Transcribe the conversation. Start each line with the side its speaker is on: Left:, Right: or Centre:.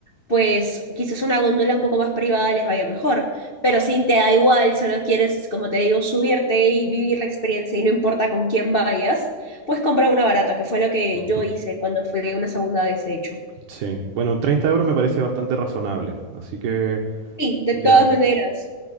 Left: pues quizás una góndola un poco más privada les vaya mejor, pero si te da igual, solo quieres, como te digo, subirte y vivir la experiencia y no importa con quién vayas, pues compra una barata, que fue lo que
Right: Ujú.
Left: yo hice cuando fue una segunda vez, de hecho.
Right: Sí, bueno, treinta euros me parece bastante razonable. Así que,
Left: Sí, de
Right: mira,
Left: todas maneras.